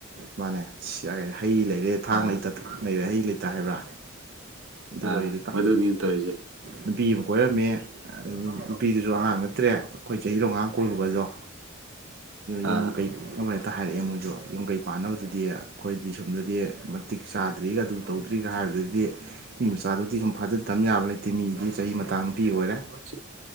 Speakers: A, on the right (about 50°); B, on the right (about 75°).
A: ꯃꯥꯅꯦ ꯁꯤ ꯀ ꯍꯩ ꯂꯩꯔꯦ ꯊꯥꯡ
B: ꯑꯥ
A: ꯂꯩꯇ ꯂꯩꯔꯦ ꯍꯩ ꯂꯩꯇꯦ ꯍꯥꯏꯕ꯭ꯔꯥ ꯑꯗꯨ
B: ꯑꯥ
A: ꯋꯥꯔꯤꯗꯨ ꯇ
B: ꯃꯗꯨꯅꯤ ꯇꯧꯔꯤꯁꯦ
A: ꯅꯨꯄꯤꯨ ꯀꯣꯏꯔꯝꯃꯤ ꯅꯨꯄꯤꯗꯨꯁꯨ ꯑꯉꯥꯡ ꯅꯠꯇ꯭ꯔꯦ ꯑꯩꯈꯣꯏ ꯆꯍꯤꯔꯣ ꯑꯒꯥꯡ ꯀꯣꯏꯕꯒꯁꯨ ꯌꯨꯝ
B: ꯑꯥ
A: ꯀꯩ ꯑꯝꯇ ꯍꯥꯏꯔꯛꯑꯦ ꯃꯣꯏꯁꯨ ꯌꯨꯝ ꯀꯩ ꯄꯥꯟꯅꯕꯗꯨꯗꯤ ꯑꯩꯈꯣꯏꯗꯤ ꯁꯣꯝꯗꯗꯤ ꯃꯇꯤꯛ ꯆꯥꯗ꯭ꯔꯤꯒ ꯑꯗꯨꯝ ꯇꯧꯗ꯭ꯔꯤꯒ ꯍꯥꯏꯔ ꯑꯗꯨꯗꯤ ꯃꯤ ꯃꯆꯥꯗꯨꯗꯤ ꯁꯨꯝ ꯐꯥꯖꯤꯟ ꯊꯝ ꯌꯥꯕ ꯂꯩꯇꯦ ꯃꯤꯗꯤ ꯆꯍꯤ ꯃꯇꯥꯡ ꯅꯨꯄꯤꯤ ꯑꯣꯏꯔꯦ
B: ꯆꯨ-